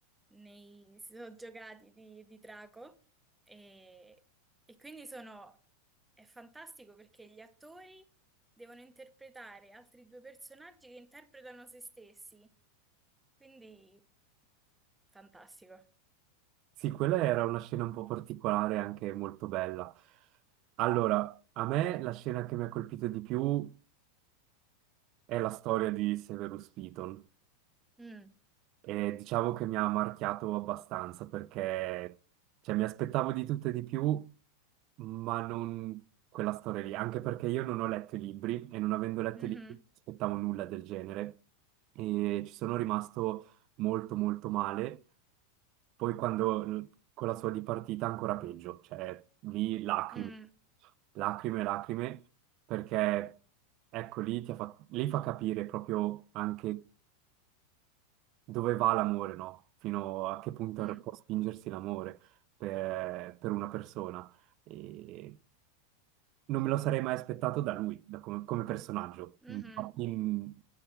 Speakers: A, in the centre; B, on the right.
A: nei si sono giocati di, di drago e, e quindi sono è fantastico perché gli attori devono interpretare altri due personaggi che interpretano se stessi, quindi fantastico.
B: Sì, quella era una scena un po' particolare, anche molto bella. Allora, a me la scena che mi ha colpito di più è la storia di Severus Piton.
A: Mm,
B: E diciamo che mi ha marchiato abbastanza perché cioè, mi aspettavo di tutto e di più, ma non quella storia lì, anche perché io non ho letto i libri e non avendo letto
A: mhm,
B: i libri non aspettavo nulla del genere e ci sono rimasto molto molto male. Poi quando con la sua dipartita ancora peggio, cioè lì lacrime,
A: mm,
B: lacrime, lacrime, perché ecco lì, ti ha fatto- lì fa capire proprio anche dove va l'amore, no? Fino a che punto
A: mm,
B: può spingersi l'amore per, per una persona. E non me lo sarei mai aspettato da lui, da come, come personaggio.
A: mhm.
B: Infatti, mh,